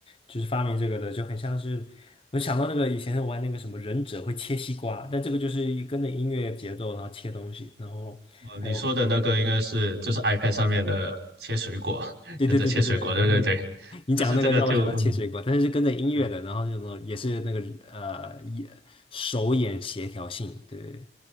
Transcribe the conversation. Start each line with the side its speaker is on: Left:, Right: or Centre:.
Left: 就是发明这个的，就很像是我想到那个以前玩那个什么忍者会切西瓜，但这个就是一跟着音乐节奏然后切东西，然后还有
Right: 哦，你说的那个应该是就是 iPad 上面的切水果，<laughs>
Left: 对对对对对，
Right: 忍者切水果，对对对。
Left: 你你讲那个让我想到切水果，
Right: 但是这个就，嗯，
Left: 但是是跟着音乐的，
Right: 对
Left: 然后就呢也是那个呃眼手眼协调性，对，